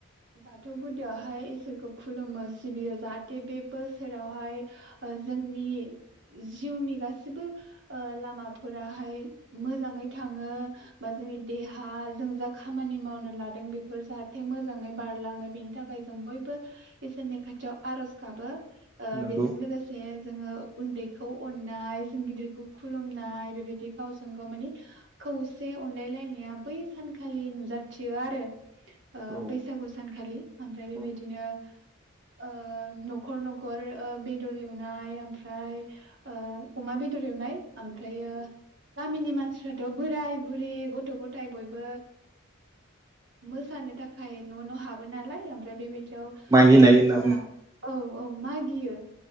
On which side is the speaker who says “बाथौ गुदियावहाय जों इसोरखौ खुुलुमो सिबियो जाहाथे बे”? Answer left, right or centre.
Right